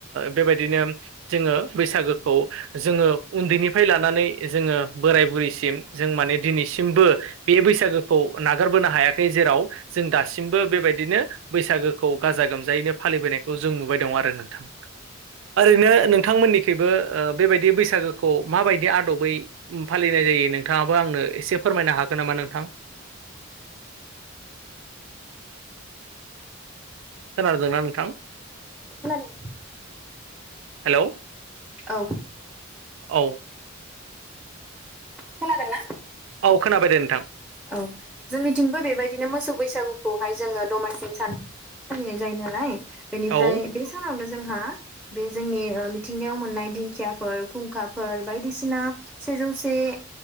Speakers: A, on the right; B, in the centre.
A: बेबायदिनो जोङो बैसागोखौ जोङो उन्दैनिफ्राय लानानै जोङो बोराय बुरैसिम जों माने दिनैसिमबो बे बैसागोखौ नागारबोनो हायाखै जेराव जों दासिम मबो बेबायदिनो बैसागोखौ गाजा गोमजायैनो फालिबोनायखौ जों नुबाय दं आरो नोंथां ओरैनो नोंथांमोननिख्रुइबो बेबायदि बैसागोखौ माबायदि आदबै फालिनाय जायो नोंथाङाबो आंनो एसे फोरमायनो हागोन नामा नोंथां खोनादोंना नोंथां
B: खोनादों
A: हेल'
B: औ
A: औ
B: खोनादों ना
A: औ खोनाबाय दे नोंथां
B: औ जोंनिथिंबो बेबायदिनो मोसौ बैसागुखौहाय जोङो दमासिनि सानाव फालिनाय जायो नालाय बेनिफ्राय
A: औ
B: बे सानावनो जोंहा बे जोंनि मिथिंगायाव मोननाय दिंखियाफोर खुंखाफोर बायदिसिना सेजौसे